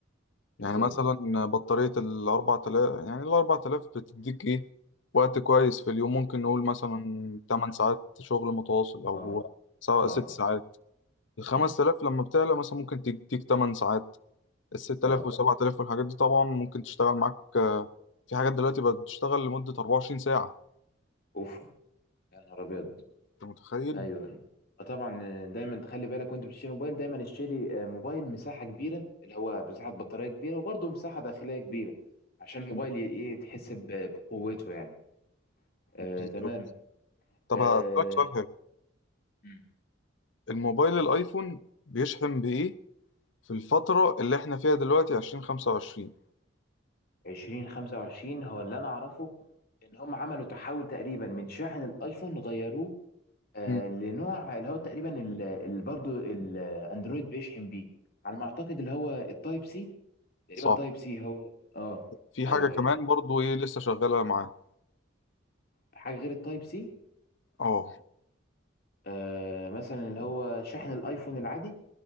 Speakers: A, on the left; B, on the left.
A: يعني
B: بالظبط
A: مثلا بطارية الأربع تلاف يعني الأربع تلاف بتديك إيه وقت كويس في اليوم ممكن نقول مثلا تمن ساعات شغل متواصل أو
B: اه
A: سواء
B: اه
A: ست ساعات الخمس
B: مم.
A: تلاف لما بتعلى مثلا ممكن تديك تمن ساعات الست تلاف
B: اه
A: وسبعة تلاف والحاجات دي طبعا ممكن تشتغل معاك آه، في حاجات دلوقتي بقت بتشتغل لمدة أربعة وعشرين ساعة
B: اوف يا نهار ابيض
A: أنت متخيل؟
B: ايوه طبعا دايما تخلي بالك وانت بتشتري موبايل دايما اشتري آه، موبايل مساحه كبيره اللي هو مساحه بطاريه كبيره وبرده مساحه داخليه كبيره عشان
A: مم.
B: الموبايل ي- ايه تحس ب- بقوته يعني آه
A: بالظبط
B: تمام
A: طب
B: آه
A: هسألك سؤال حلو
B: مم.
A: الموبايل الأيفون بيشحن بإيه في الفترة اللي إحنا فيها دلوقتي عشرين خمسة وعشرين
B: 20 25 هو اللي انا اعرفه ان هم عملوا تحول تقريبا من شاحن الايفون غيروه آه
A: مم.
B: لنوع اللي هو تقريبا اللي برضه الاندرويد بيشحن بيه على ما اعتقد اللي هو التايب سي تقريبا
A: صح
B: تايب سي هو اه
A: في
B: ايوه
A: حاجة كمان
B: ايوه
A: برضو ايه لسه شغالة معاه
B: حاجة غير التايب سي
A: اه
B: آه مثلا اللي هو شاحن الايفون العادي